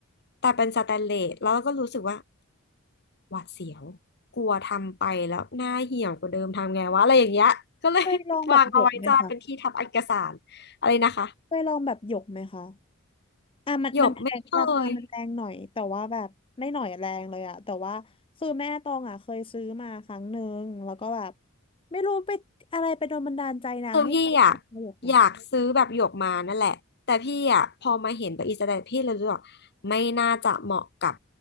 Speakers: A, on the left; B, on the left.
A: แต่เป็นสแตนเลสแล้วก็รู้สึกว่าหวาดเสียวกลัวทำไปแล้วหน้าเหี่ยวกว่าเดิมทำไงวะอะไรอย่างเงี้ยก็เลย
B: เคยลองแบบหยกไหมคะ
A: <laughs> วางเอาไว้จ้าเป็นที่ทับเอกสารอะไรนะคะ
B: เคยลองแบบหยกไหมคะอ่ะมันมันแพงราคามันแรงหน่อยแต่ว่าแบบไม่หน่อยแรงเลยอะแต่ว่าคือแม่ตองอะเคยซื้อมาครั้งหนึ่งแล้วก็แบบ
A: หยกไม่เคย
B: ไม่รู้ไปอะไรไปโดนบันดาลใจนางให้ซื้อมาหยกนะ
A: คือพี่อ่ะอยากซื้อแบบหยวกมานั่นแหละแต่พี่อ่ะพอมาเห็นตัวอีสแตนพี่เลยรู้สึกว่าไม่น่าจะเหมาะกับ